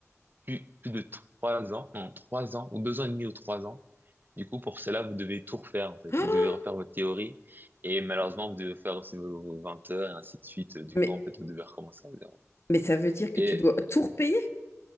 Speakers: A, on the right; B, on the left.
A: plus, plus de trois ans, non, trois ans, ou deux ans et demi ou trois ans. Du coup, pour cela, vous devez tout refaire, en fait.
B: <gasps>
A: Vous devez refaire votre théorie, et malheureusement, vous devez faire aussi vos, vos 20 heures, et ainsi de suite. Du
B: Mais,
A: coup, en fait, vous devez recommencer à zéro.
B: mais ça veut dire que
A: Et
B: tu dois tout repayer?